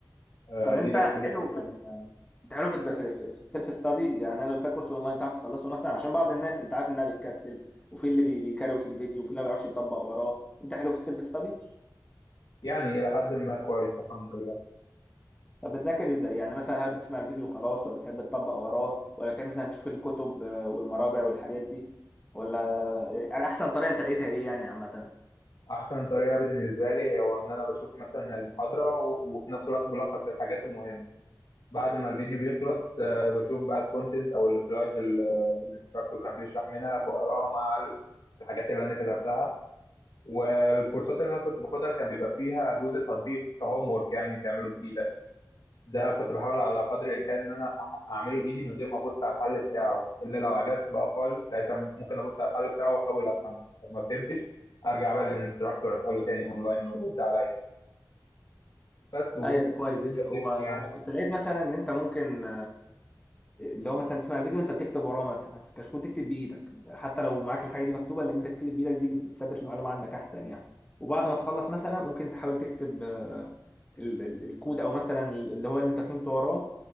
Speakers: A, on the left; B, on the left.
A: آه،
B: طب انت
A: دي الاكسبيرينس
B: حلو
A: بتاعتي
B: في ال- انت حلو في الد- في, في, في السيلف ستادي يعني انا لو اديتك كورس اونلاين تعرف تخلصه مثلا عشان بعض الناس انت عارف انها بتكسل وفي اللي بي- بيكروت الفيديو وفي اللي ما بيعرفش يطبق وراه انت حلو في السيلف ستادي
A: يعني الى حد ما كويس الحمد لله
B: طب بتذاكر ازاي يعني مثلا هل بتسمع الفيديو خلاص ولا بتحب تطبق وراه ولا بتحب مثلا تشوف الكتب آه، والمراجع والحاجات دي ولا على احسن طريقه انت لقيتها ايه يعني عامه
A: احسن طريقه بالنسبه لي هو ان انا بشوف مثلا المحاضره و- وفي نفس الوقت بلخص الحاجات المهمه بعد ما الفيديو بيخلص آه، بشوف بقى الكونتنت او السلايدز اللي الانستراكتور كان بيشرح منها بقراها مع ال- الحاجات اللي انا كتبتها والكورسات اللي انا كنت باخدها كان بيبقى فيها جزء تطبيق كهوم ورك يعني تعمله بايدك ده كنت بحاول على قدر الامكان ان انا أح- اعمله بايدي من غير ما ابص على الحل بتاعه الا لو عجزت بقى خالص ساعتها ممكن ابص على الحل بتاعه واحاول افهمه طب ما فهمتش ارجع بقى للانستراكتور اساله تاني اونلاين ويرد عليا بس و-
B: ايوه كويس
A: والدنيا بتمشي
B: هو
A: يعني
B: انا كنت لقيت مثلا ان انت ممكن اللي هو مثلا تسمع الفيديو انت بتكتب وراه مثلا في الكشكول تكتب بايدك حتى لو معاك الحاجه دي مكتوبه لان انت تكتب بايدك دي بت- بتثبت المعلومه عندك احسن يعني وبعد ما تخلص مثلا ممكن تحاول تكتب آه، ال- ال- الكود او مثلا اللي هو اللي انت فهمته وراه